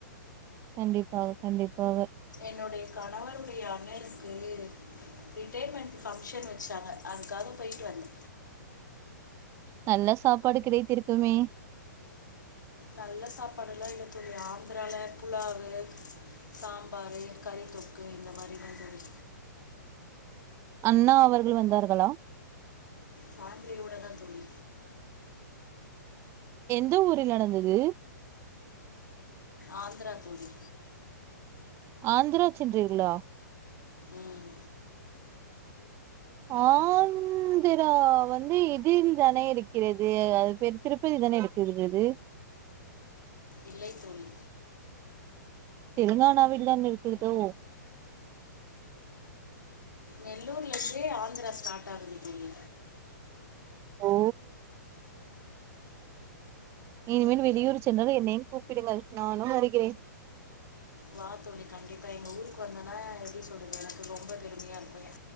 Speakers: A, on the right; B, on the left.
A: கண்டிப்பாக கண்டிப்பாக
B: என்னுடைய கணவருடைய அண்ணனுக்கு ரிட்டையர்மெண்ட் ஃபங்க்ஷன் வச்சாங்க அதுக்காக போயிட்டு வந்த
A: நல்ல சாப்பாடு கிடைத்திருக்குமே
B: நல்ல சாப்பாடு எல்லா இல்ல தோழி ஆந்திரால புலாவு சாம்பாரு கறி தொக்கு இந்த மாரிதா தோழி
A: அண்ணா அவர்கள் வந்தார்களா
B: ஃபேமிலியோடதா தோழி
A: எந்த ஊரில் நடந்தது
B: ஆந்தரா தோழி
A: ஆந்தரா சென்றீர்களா
B: ம்
A: ஆந் ஆந்திரா வந்து இதில் தான இருக்கிறது அது பேர் திருப்பதி தானே இருக்கிறது
B: இல்லை தோழி
A: தெலுங்கானாவில் தான் இருக்கிறதோ
B: நெல்லூர்லருந்தே ஆந்தரா ஸ்டார்ட் ஆகுது தோழி
A: ஓ இனிமேனு வெளியூரு சென்றால் என்னையு கூப்பிடுங்கள் நானும் வருகிறேன்
B: வா தோழி கண்டிப்பா எங்க ஊருக்கு வந்தன்னா எப்டி சொல்றது எனக்கு ரொம்ப பெருமையா இருக்கு எ